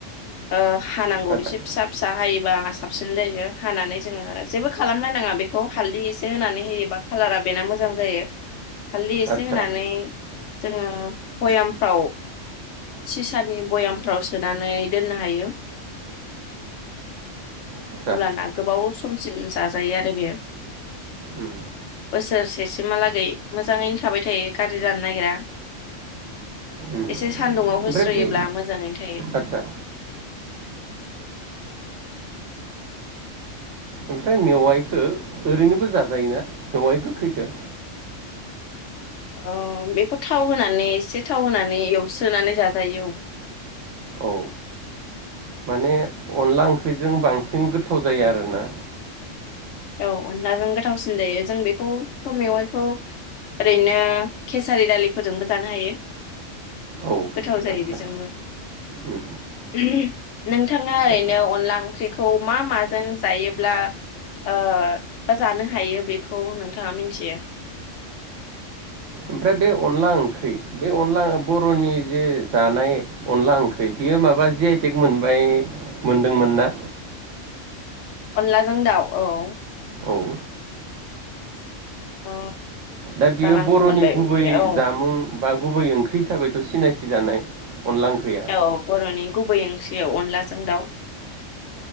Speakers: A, on the left; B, on the right.
A: ओ हानांगौ
B: आदा
A: एसे फिसा फिसा हायोबा आंहा साबसिन जायो । हानानै जोङो जेबो खालामलायनाङा बेखौ हालदै एसे होनानै होयोबा कालारा बेना मोजां जायो । हालदै एसे
B: आदसा
A: होनानै जोङो बयामफ्राव सिसानि बयामफ्राव सोनानै दोननो हायो ।
B: आदसा
A: अब्ला ना गोबाव समसिम जाजायो आरो बेयो
B: उम
A: बोसोरसेसिमहालागै मोजाङैनो थाबाय थायो गारजि जानो नागिरा
B: उम
A: एसे सान्दुङाव
B: ओमफ्राय
A: होस्रोयोब्ला
B: बे
A: मोजाङैनो थायो ।
B: आदसा ओमफ्राय मेवाइखौ ओरैनोबो जाजायोना मेवाइ गोखैखो?
A: अ बेखौ थाव होनानै एसे थाव होनानै एवस्रोनानै जाजायो औ
B: औ माने अनला ओंख्रिजों बांसिन गोथाव जायो आरोना
A: औ अनलाजों गोथावसिन जायो जों बेखौथ मेवाइखौ ओरैनो केसारि दालिफोरजोंबो जानो हायो
B: औ
A: गोथाव जायो
B: आदसा
A: बेजोंबो
B: उम
A: ओम नोंथाङा ओरैनो
B: दा
A: अनला ओंख्रिखौ मा माजों जायोब्ला ओ बा जानो हायो बेखौ नोंथाङा मिथियो
B: ओमफ्राय बे अनला ओंख्रि बे अनला बर'नि जे जानाय अनला ओंख्रि बेयो माबा जि आइ टेग मोनबाय मोनदोंमोन ना
A: अनलाजों दाउ औ
B: औ
A: ओ
B: दा बियो
A: जानांगौ
B: बर'नि
A: मोनबाय
B: गुबै
A: बे औ
B: जामुं बा गुबै ओंख्रि हिसाबैथ सिनायथि जानाय अनला ओंख्रिया
A: औ बर'नि गुबै ओंख्रि बे अनलाजों दाउ